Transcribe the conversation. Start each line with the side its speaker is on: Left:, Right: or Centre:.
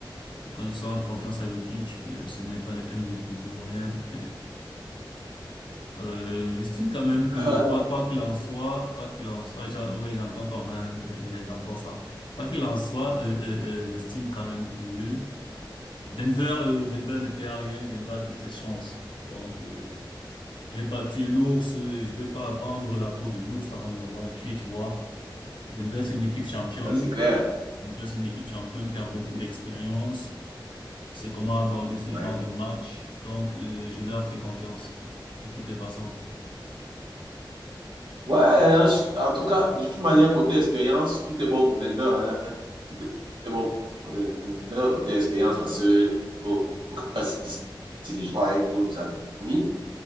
Left: Je fais confiance confiance à Jokic. euh, ce n'est pas le MVP pour rien. Euh, j'estime quand même que
Right: <laughs>
Left: quoi quoi qu'il en soit, quoi qu'il en soit, j'en- oui, j'entends ton- <laughs> hein, je- je- j'entends ça. Quoi qu'il en soit, euh, euh, euh, j'estime quand même que Denver euh, Denver ne perd rien, Denver a toutes ses chances. Donc euh, je vais pas tuer l'ours, euh, je vais pas vendre la peau de l'ours avant de l'avoir tué, tu vois. Denver c'est une équipe championne.
Right: C'est clair.
Left: Denver c'est une équipe championne qui a beaucoup d'expérience, qui sait comment aborder ce
Right: Ouais.
Left: genre de match. Donc euh, je leur fais confiance de toutes les façons.
Right: Ouais, hein, je- en tout cas, de toute manière, côté expérience, tout est bon pour Denver. Hein. Tout est bon pour Denver, côté expérience, parce que au au cas si c'est des joueurs avec d'autres amis.